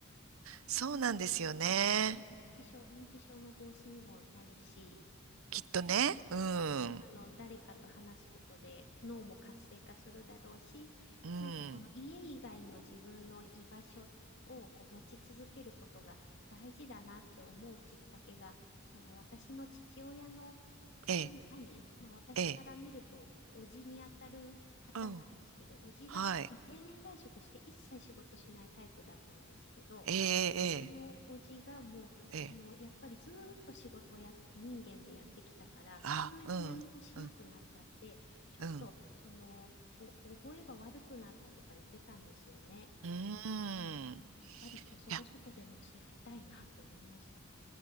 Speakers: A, on the right; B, on the left.
A: そうなんですよね。
B: うん認知症、認知症の防止にもなるし、
A: きっとね。うん。
B: あの、誰かと話すことで脳も活性化するだろうし、
A: うん。
B: なんかこの家以外の自分の居場所をこう持ち続けることが大事だなって思うきっかけが、その私の父親の
A: ええ、
B: あ兄、まあ、私から見ると、
A: ええ。
B: おじにあたる方なんですけど、
A: うん。
B: おじがもう定年退職して一切仕事しないタイプだったんですけど、
A: はい。ええ、
B: そのおじがもう、
A: ええ、ええ。
B: あの、やっぱりずーっと仕事をや、人間でやってきたから、
A: あ、
B: 急に何もしなくなっちゃって、
A: うん。うん。
B: ちょっと、
A: うん。
B: その、お、覚えが悪くなったとか言ってたんですよね。やっ
A: うーん。い
B: ぱり細々とでもしやりたいなって思いました。
A: や、